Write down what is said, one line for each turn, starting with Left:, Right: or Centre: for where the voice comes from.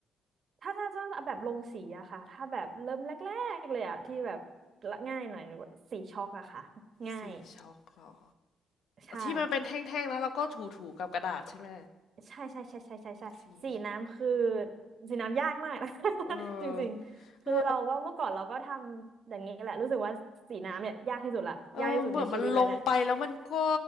Right: ถ้าถ้าถ้าแบบลงสีอะค่ะถ้าแบบเริ่มแรกๆเลยอะที่แบบละง่ายหน่อยหรือว่าสีช็อกอะค่ะง่าย
Left: สีช็อกเหรอ
Right: ใช่
Left: ที่มันเป็นแท่งๆแล้วเราก็ถูๆกับกระดาษใช่ไหม
Right: ใช่ใช่ใช่ใช่ใช่ใช่สีน้ำคือ
Left: สีช็อก
Right: สีน้ำยากมาก <laughs>
Left: เออ
Right: จริงๆคือเราก็เมื่อก่อนเราก็ทำอย่างนี้แหละรู้สึกว่าสีน้ำเนี่ยยากที่สุดละยากที่สุดในชีวิตแล้วเนี่ย
Left: เออเออเหมือนมันลงไปแล้วมันก็